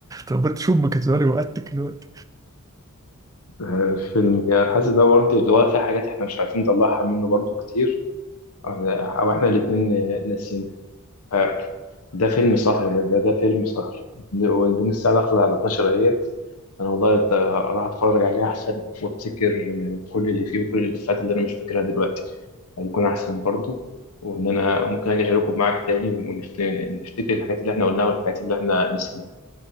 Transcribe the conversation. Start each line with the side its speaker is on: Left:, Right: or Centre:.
Right: لو مت شو أمك تزوري وقتك الوقت
Left: <laughs> فيلم يعني حاسس ده برضه اللي هو فيه حاجات احنا مش عارفين نطلعها منه برضه كتير او أو احنا الاتنين ناسيين آه، ده فيلم سهر ده ده ده فيلم سهر وبين الساعة داخلة على 12 اهيت أنا والله ت- راح أتفرج عليه أحسن وأفتكر كل اللي فيه وكل الإفيهات اللي أنا مش فاكرها دلوقتي هيكون أحسن برضو وإن أنا ممكن أجي أشاركه معاك تاني ونفتكر الحاجات اللي إحنا قلناها والحاجات اللي إحنا نسيناها.